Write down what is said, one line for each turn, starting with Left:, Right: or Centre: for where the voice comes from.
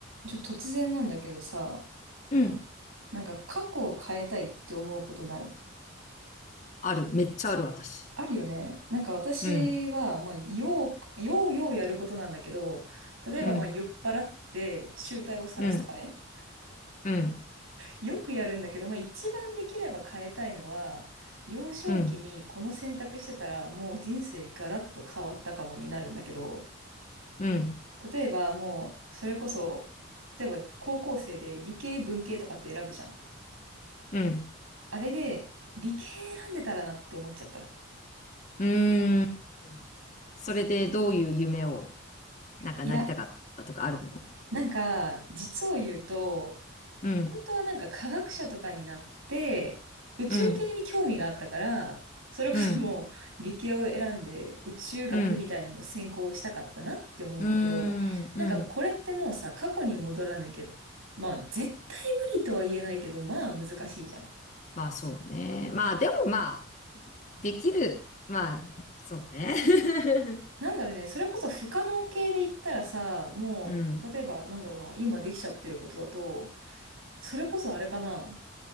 Right: ちょ、突然なんだけどさ、
Left: うん。
Right: なんか過去を変えたいって思うことない
Left: ある。めっちゃある、私。
Right: あるよね。なんか私は、
Left: うん。
Right: まあ、よう、ようようやることなんだけど、例えばまあ、
Left: うん。
Right: 酔っ払って醜態を晒すとかね。
Left: うん。うん。
Right: よくやるんだけど、まあ、一番できれば変えたいのは、幼少期にこの選択してたら、
Left: うん。
Right: もう人生ガラッと変わったかもになるんだけど、
Left: うん。
Right: 例えばもう、それこそ、例えば高校生で理系文系とかって選ぶじゃん。
Left: うん。
Right: あれで、理系選んでたらなって思っちゃった。
Left: うーん。それでどういう夢を、なんかなりたかったとかあるの
Right: いや、なんか、実を言うと、
Left: うん。
Right: 本当はなんか科学者とかになって、宇宙系に興味があったから、
Left: うん。
Right: それこそもう理系を選んで宇宙学みたいなの専攻をしたかったなって思うんだけど、
Left: うん。うん。うーん。
Right: なんかこれってもうさ、
Left: うん。
Right: 過去に戻らなきゃ、まあ絶対無理とは言えないけど、まあ難しいじゃん。
Left: まあそうね。まあでもまあ、できる。まあ、そうね。<laughs>
Right: なんだろうね、それこそ不可能系で言ったらさ、もう、
Left: うん。
Right: 例えば、なんだろうな、今できちゃってることだと、それこそあれかな。